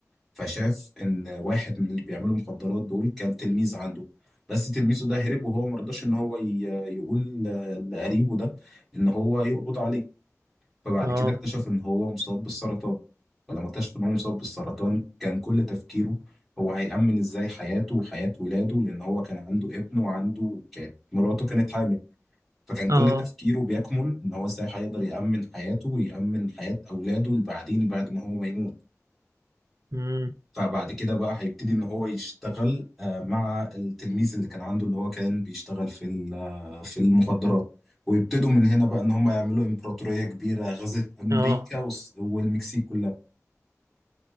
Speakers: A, in the centre; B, on the right.
A: فشاف ان واحد من اللي بيعملوا مخدرات دول كان تلميذ عنده بس تلميذه ده هرب وهو ما رضاش ان هو ي- يقول ل- لقريبه ده ان هو يقبض عليه فبعد
B: اه
A: كده اكتشف ان هو مصاب بالسرطان فلما اكتشف ان هو مصاب بالسرطان كان كل تفكيره هو هيأمن ازاي حياته وحياة ولاده لان هو كان عنده ابن وعنده كانت مراته كانت حامل فكان كل
B: اه
A: تفكيره بيكمن ان هو ازاي هيقدر يأمن حياته ويأمن حياة اولاده اللي بعدين بعد ما هو ما يموت
B: امم
A: فبعد كده بقى هيبتدي ان هو يشتغل آه، مع التلميذ اللي كان عنده اللي هو كان بيشتغل في ال- آه، في المخدرات ويبتدوا من هنا بقى ان هم يعملوا امبراطورية كبيرة غزت امريكا
B: اه
A: والس- والمكسيك كلها